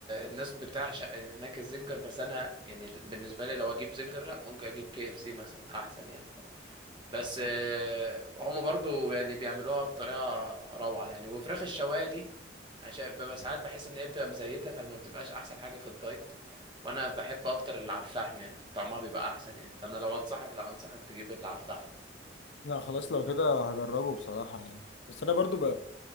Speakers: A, on the right (about 25°); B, on the left (about 70°).
A: الناس بتعشق هناك الزنجر بس انا يعني بالنسبة لي لو اجيب زنجر لا ممكن اجيب كي اف سي مثلا احسن يعني بس
B: لا
A: آه، هم برضو يعني بيعملوها بطريقة روعة يعني وفراخ الشواية دي عشان ببقى ساعات بحس ان هي بتبقى مزيتة فما بتبقاش احسن حاجة في الدايت وانا بحب اكتر اللي على الفحم يعني طعمها بيبقى احسن يعني فانا لو انصحك لا انصحك تجيب اللي على الفحم
B: لا، خلاص لو كده هجربه بصراحه يعني بس انا برضو بقى